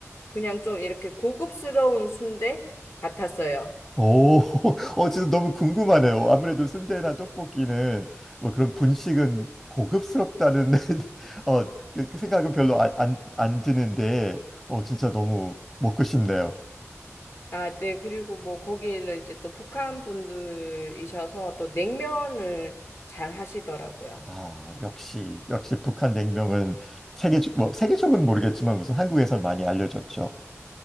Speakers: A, on the left; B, in the centre.
A: 그냥 좀 이렇게 고급스러운 순대 같았어요.
B: 오, <laughs> 어, 진짜 너무 궁금하네요. 아무래도 순대나 떡볶이는 뭐 그런 분식은 고급스럽다는 <laughs> 어, 그- 그 생각은 별로 안, 안, 안 드는데, 어, 진짜 너무 먹고 싶네요.
A: 아, 네. 그리고 뭐 거기는 이제 또 북한 분들이셔서 또 냉면을 잘 하시더라고요.
B: 아, 역시, 역시 북한 냉면은 세계, 뭐, 세계적으로는 모르겠지만 우선 한국에선 많이 알려졌죠.